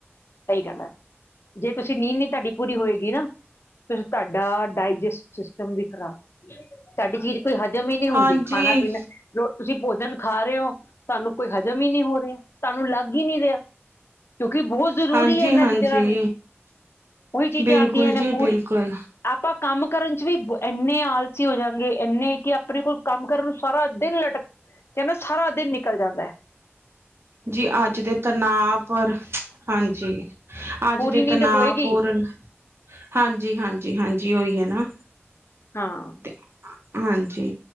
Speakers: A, on the left; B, on the right.
A: ਸਹੀ ਗੱਲ ਹੈ, ਜੇ ਤੁਸੀਂ ਨੀਂਦ ਨੀ ਤੁਹਾਡੀ ਪੂਰੀ ਹੋਏਗੀ ਨਾ ਫੇਰ ਤੁਹਾਡਾ ਡਾਇਜਸਟ ਸਿਸਟਮ ਵੀ ਖ਼ਰਾਬ, ਤੁਹਾਡੀ ਚੀਜ਼ ਕੋਈ ਹਜ਼ਮ ਹੀ ਨੀ ਹੁੰਦੀ
B: ਹਾਂਜੀ
A: ਖਾਣਾ ਪੀਨਾ, ਜੋ ਤੁਸੀਂ ਭੋਜਨ ਖਾ ਰੇ ਔ, ਤੁਹਾਨੂੰ ਕੋਈ ਹਜ਼ਮ ਹੀ ਨੀ ਹੋ ਰਿਹਾਂ, ਤੁਹਾਨੂੰ ਲੱਗ ਹੀ ਨੀਂ ਰਿਆ ਕਿਉਂਕਿ ਬਹੁਤ ਜ਼ਰੂਰੀ
B: ਹਾਂਜੀ
A: ਹੈ ਇਹਨਾਂ
B: ਹਾਂਜੀ
A: ਚੀਜ਼ਾਂ ਨਾਲ, ਉਹੀ ਚੀਜ਼ਾਂ
B: ਬਿਲਕੁਲ
A: ਆਉਂਦੀਆਂ ਨੇ
B: ਜੀ
A: ਪੂਰੀ
B: ਬਿਲਕੁਲ
A: ਆਪਾਂ ਕੰਮ ਕਰਨ ਚ ਵੀ ਏਨੇ ਆਲਸੀ ਹੋਜਾਂਗੇ, ਏਨੇ ਕਿ ਆਪਣੇ ਕੋਲ ਕੰਮ ਕਰਨ ਨੂੰ ਸਾਰਾ ਦਿਨ ਲਟਕ ਕਹਿੰਦੇ ਸਾਰਾ ਦਿਨ ਨਿਕਲ ਜਾਂਦਾ ਐ।
B: ਜੀ ਅੱਜ ਦੇ ਤਾ ਨਾ ਪਰ, ਹਾਂਜੀ ਅੱਜ
A: ਪੂਰੀ
B: ਤੇ
A: ਨੀਂਦ
B: ਤਨਾਅ
A: ਹੋਏਗੀ
B: ਪੂਰਨ, ਹਾਂਜੀ -ਹਾਂਜੀ -ਹਾਂਜੀ ਉਹੀ ਆ ਨਾ
A: ਹਾਂ।
B: ਤੇ ਹਾਂਜੀ।